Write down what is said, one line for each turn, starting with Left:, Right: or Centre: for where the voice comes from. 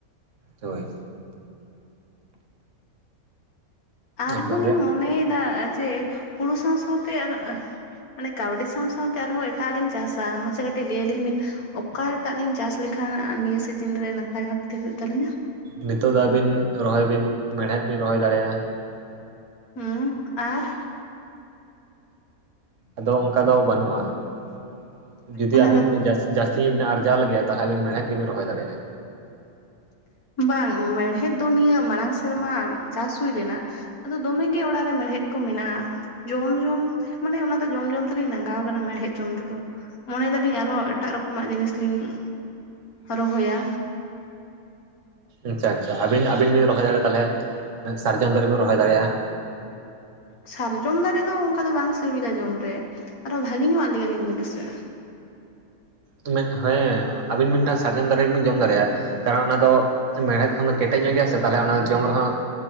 Right: ᱦᱳᱭ᱾
Left: ᱟᱨᱦᱚᱸ
Right: ᱮᱠᱫᱚᱢ
Left: ᱞᱤᱧ
Right: ᱜᱮ
Left: ᱢᱚᱱᱮᱭᱮᱫᱟ ᱡᱮ ᱦᱩᱲᱩ ᱥᱟᱶ ᱥᱟᱶᱟᱶᱛᱮ <unintelligible> ᱼᱼ ᱢᱟᱱᱮ ᱠᱟᱹᱣᱰᱤ ᱥᱟᱶ ᱥᱟᱶᱛᱮ ᱟᱨᱦᱚᱸ ᱮᱴᱟᱜ ᱞᱤᱧ ᱪᱟᱥᱟ ᱢᱟᱥᱮ ᱠᱟᱹᱴᱤᱡ ᱞᱟᱹᱭ ᱟᱹᱞᱤᱧ ᱵᱤᱱᱼᱼ ᱚᱠᱟᱴᱟᱜ ᱞᱤᱧ ᱪᱟᱥ ᱞᱮᱠᱷᱟᱱ ᱱᱤᱭᱟᱹ ᱥᱤᱡᱤᱱ ᱨᱮ ᱱᱟᱯᱟᱭ ᱵᱷᱟᱵᱛᱮ ᱦᱩᱭᱩᱜ ᱛᱟᱞᱤᱧᱟ?
Right: ᱱᱤᱛᱚᱜ ᱫᱚ ᱟᱹᱵᱤᱱ ᱨᱚᱦᱚᱭ ᱵᱤᱱ ᱢᱮᱲᱦᱮᱫ ᱵᱤᱱ ᱨᱚᱦᱚᱭ ᱫᱟᱲᱮᱭᱟᱜᱼᱟ᱾
Left: ᱦᱮᱸ ᱟᱨᱼᱼ
Right: ᱟᱫᱚ ᱚᱱᱠᱟ ᱫᱚ ᱵᱟᱹᱱᱩᱜᱼᱟ <unintelligible> ᱡᱩᱫᱤ
Left: ᱚᱱᱟ
Right: ᱟᱹᱵᱤᱱ ᱡᱟᱹᱥᱛᱤᱼᱼ ᱡᱟᱹᱥᱛᱤ ᱧᱚᱜ ᱵᱤᱱ ᱟᱨᱡᱟᱣ ᱞᱟᱜᱤᱫ ᱛᱟᱦᱚᱞᱮ ᱟᱵᱤᱱ ᱢᱮᱲᱦᱮᱫ ᱜᱮᱵᱤᱱ ᱨᱚᱦᱚᱭ ᱫᱟᱲᱮᱭᱟᱜᱼᱟ᱾
Left: ᱵᱟᱝ ᱢᱮᱲᱦᱮᱫ ᱫᱚ ᱱᱤᱭᱟᱹ ᱢᱟᱲᱟᱝ ᱥᱮᱨᱢᱟ ᱪᱟᱥ ᱦᱩᱭ ᱞᱮᱱᱟᱼᱼ ᱟᱫᱚ ᱫᱚᱢᱮ ᱜᱮ ᱚᱲᱟᱜ ᱨᱮ ᱢᱮᱲᱦᱮᱫ ᱠᱚ ᱢᱮᱱᱟᱜᱼᱟ᱾ ᱡᱚᱢ ᱡᱚᱢ ᱢᱟᱱᱮ ᱚᱱᱟ ᱫᱚ ᱡᱚᱢ ᱡᱚᱢ ᱛᱮᱞᱤᱧ ᱞᱟᱸᱟᱜᱟᱣ ᱠᱟᱱᱟ ᱢᱮᱲᱦᱮᱫ ᱡᱚᱢ ᱛᱮᱫᱚᱼᱼ ᱢᱚᱱᱮ ᱮᱫᱟᱞᱤᱧ ᱟᱨᱦᱚᱸ ᱮᱴᱟᱜ ᱨᱚᱠᱚᱢᱟᱜ ᱡᱤᱱᱤᱥᱞᱤᱧ ᱨᱚᱦᱚᱭᱟᱼᱼ
Right: ᱟᱪᱪᱷᱟ ᱟᱪᱪᱷᱟ ᱟᱵᱤᱱ ᱟᱵᱤᱱ ᱵᱤᱱ ᱨᱚᱦᱚᱭ ᱫᱟᱲᱮᱭᱟᱜᱼᱟ ᱛᱟᱦᱚᱞᱮ ᱥᱟᱨᱡᱚᱢ ᱫᱟᱨᱮ ᱵᱤᱱ ᱨᱚᱦᱚᱭ ᱫᱟᱲᱮᱭᱟᱜᱼᱟ᱾
Left: ᱥᱟᱨᱡᱚᱢ ᱫᱟᱨᱮ ᱫᱚ ᱚᱱᱠᱟ ᱫᱚ ᱵᱟᱝ ᱥᱤᱵᱤᱞᱟ ᱡᱚᱢ ᱨᱮ ᱟᱨᱦᱚ ᱵᱷᱟᱜᱮ ᱧᱚᱜᱟᱜ ᱞᱟᱹᱭ ᱟᱞᱤᱧ ᱵᱤᱱᱥᱮᱼᱼ
Right: ᱦᱮᱸ ᱟᱵᱤᱱ ᱢᱤᱫᱴᱟᱝ ᱥᱟᱨᱡᱚᱢ ᱫᱟᱨᱮ ᱜᱮᱵᱤᱱ ᱡᱚᱢ ᱫᱟᱲᱮᱭᱟᱜᱼᱟᱼᱼ ᱠᱟᱨᱚᱱ ᱚᱱᱟ ᱫᱚ ᱢᱮᱲᱦᱮᱫ ᱠᱷᱚᱱ ᱫᱚ ᱠᱮᱴᱮᱡ ᱧᱚᱜ ᱜᱮᱭᱟ ᱥᱮ ᱛᱟᱦᱚᱞᱮ ᱚᱱᱟ ᱡᱚᱢ ᱨᱮᱦᱚᱸᱼᱼ